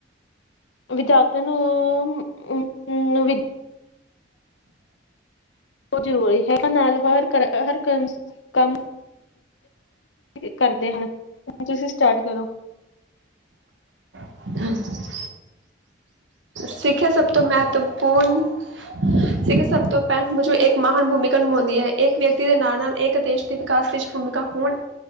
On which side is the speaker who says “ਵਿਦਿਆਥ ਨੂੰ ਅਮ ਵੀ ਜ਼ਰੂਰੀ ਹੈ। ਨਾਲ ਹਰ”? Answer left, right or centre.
Left